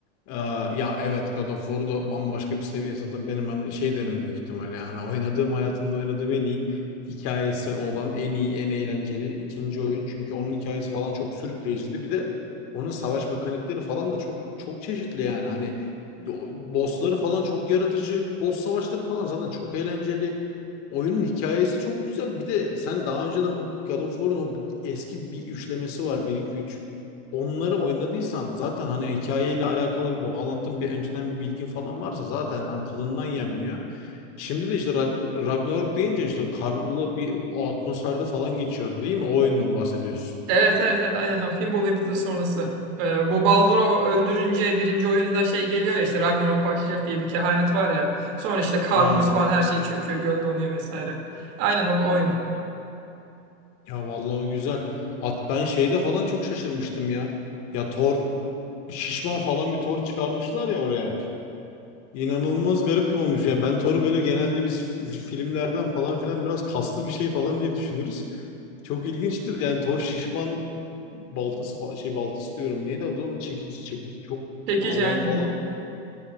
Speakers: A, on the left; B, on the right.
A: Ee, ya evet God of War'da bambaşka bir seviye. Zaten benim hani şey derim büyük ihtimalle. Yani oynadığım hayatımda oynadığım en iyi hikayesi olan en iyi en eğlenceli ikinci oyun. Çünkü onun hikayesi falan çok sürükleyiciydi. Bir de onun savaş mekanikleri falan da çok çok çeşitli yani. Hani o bossları falan çok yaratıcı. Boss savaşları falan zaten çok eğlenceli. Oyunun hikayesi çok güzel. Bir de sen daha önceden bu God of War'un o eski bir üçlemesi var bir iki üç. Onları oynadıysan zaten hani hikayeyle alakalı bir bağlantın, bir önceden bir bilgin falan varsa zaten hani tadından yenmiyor. Şimdi de işte Rag- Ragnarok deyince işte o karlı bir atmosferde falan geçiyordu değil mi? O oyundan bahsediyorsun.
B: evet evet evet aynen o Fimbul Winter sonrası. E, bu Baldur'u öldürünce birinci oyunda şey geliyor ya işte Ragnarok başlayacak diye bir kehanet var ya. Sonra işte Kar,
A: Ha,
B: buz falan her şey çöküyor, göl donuyor vesaire. Aynen o, o oyun.
A: ya vallahi o güzel. At ben şeyde falan çok şaşırmıştım ya. Ya Thor şişman falan bir Thor çıkarmışlar ya oraya. İnanılmaz garip bir olmuş. Ya ben Thor'u böyle genelde biz f- filmlerden falan filan biraz kaslı bir şey falan diye düşünürüz. Çok ilginçtir. Yani Thor şişman baltası fa- şey baltası diyorum. Neydi adı onun? Çekici çekici çok
B: Çekici
A: havalı
B: aynen.
A: falan.